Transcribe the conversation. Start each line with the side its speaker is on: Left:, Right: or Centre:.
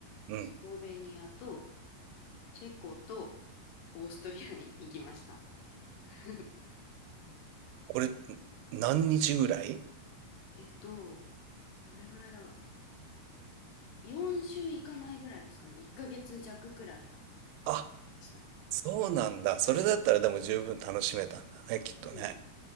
Right: うん。
Left: スロベニアとチェコとオーストリアに行きました。<laughs>
Right: これ、何日ぐらい
Left: えっと、どれぐらいだろう。4週行かないぐらいですかね。1ヶ月弱くらいで
Right: あ、
Left: した。
Right: そうなんだ。それだったらでも十分楽しめたんだね、
Left: うん。
Right: きっとね。
Left: うん